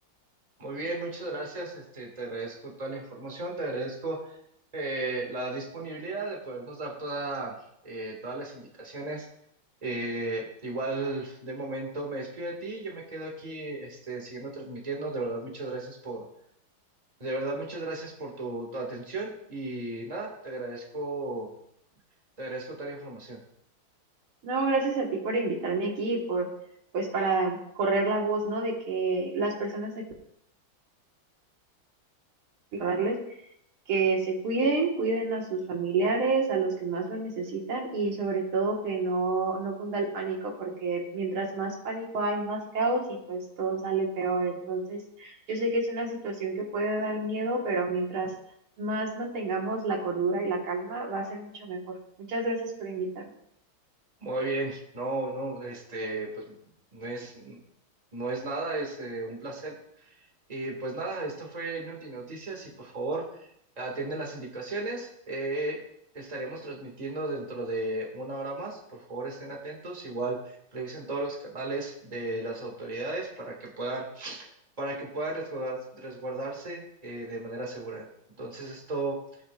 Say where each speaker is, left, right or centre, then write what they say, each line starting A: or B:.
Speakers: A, on the right; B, on the right.
A: Muy bien, muchas gracias. Este, te agradezco toda la información, te agradezco eh, la disponibilidad de podernos dar toda, eh, todas las indicaciones. Eh, igual de momento me despido de ti, yo me quedo aquí este, siguiendo transmitiendo. De verdad, muchas gracias por, de verdad, muchas gracias por tu, tu atención y nada, te agradezco, te agradezco toda la información.
B: No, gracias a ti por invitarme aquí, por, pues para correr la voz, ¿no? De que las personas hay que cuidarles, que se cuiden, cuiden a sus familiares, a los que más lo necesitan y sobre todo que no, no cunda el pánico, porque mientras más pánico hay, más caos y pues todo sale peor. Entonces, yo sé que es una situación que puede dar miedo, pero mientras más mantengamos la cordura y la calma, va a ser mucho mejor. Muchas gracias por invitarme.
A: Muy bien, no, no, este, pues no es, no es nada, es eh, un placer. Y pues nada, esto fue Noti Noticias y por favor atienden las indicaciones. Eh, estaremos transmitiendo dentro de una hora más. Por favor estén atentos. Igual revisen todos los canales de las autoridades para que puedan, para que puedan resguardar- resguardarse eh, de manera segura. Entonces esto,